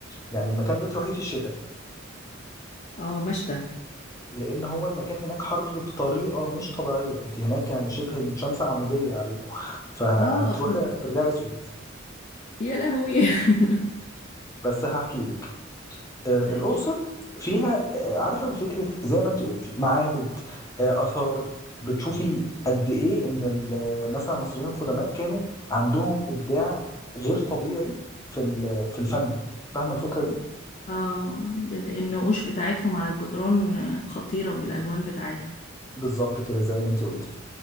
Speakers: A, on the left; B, on the left.
A: يعني المكان ده تروحيه في الشتاء
B: اه مشتى
A: لان هو المكان هناك حر بطريقه مش طبيعيه انت هناك يعني شبه الشمس عموديه عليكم فهتروحي
B: اه
A: ترجعي اسود
B: يا لهوي <laughs>
A: بس هحكي لك آه،
B: احكي
A: الاقصر فيها آه، عارفه فكره زي ما انت قلتي معابد آه، اثار بتشوفي قد ايه ان ال- آه، مثلا المصريين القدماء كانوا عندهم ابداع غير طبيعي في ال- في الفن فاهمه الفكره دي
B: اه ال- النقوش بتاعتهم على الجدران آه، خطيره بالالوان بتاعتها
A: بالظبط كده زي ما انت قلتي